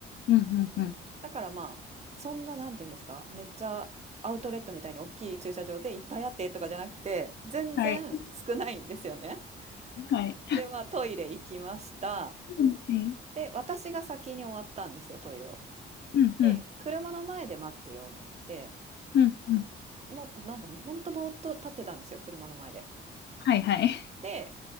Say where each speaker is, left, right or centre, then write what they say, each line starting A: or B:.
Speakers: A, on the left (about 60°); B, on the right (about 35°).
A: うん、うん、うん。
B: だからまあ、そんな、なんて言うんですか、めっちゃアウトレットみたいに大きい駐車場でいっぱいあってとかじゃなくて、全然少ないんですよね。
A: はい。はい。
B: で、まあ、トイレ行きました。
A: うんうん、
B: で、私が先に終わったんですよ、トイレを。
A: うん、
B: で、車の前で待ってようと思って、
A: うん、うん。
B: もうなんかもうほんとぼーっと立ってたんですよ、車の前で。
A: はい、はい。
B: で、